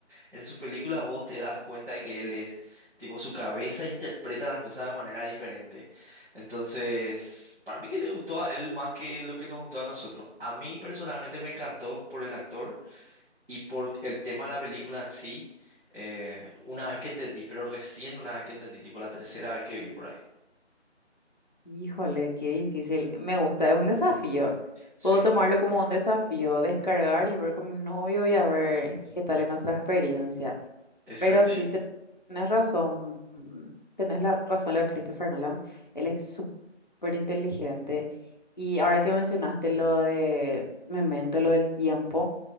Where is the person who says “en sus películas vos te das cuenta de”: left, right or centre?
Right